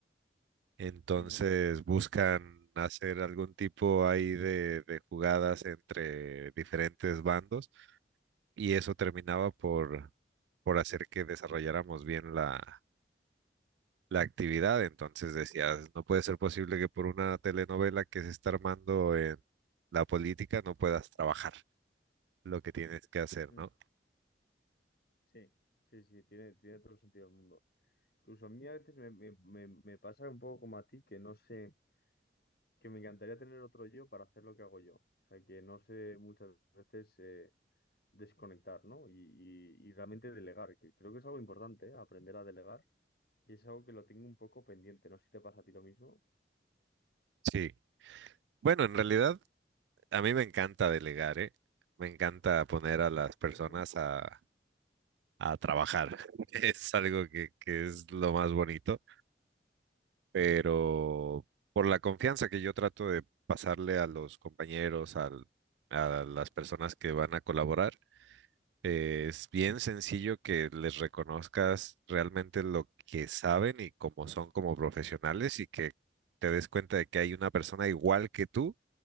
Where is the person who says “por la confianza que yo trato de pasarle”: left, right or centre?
Right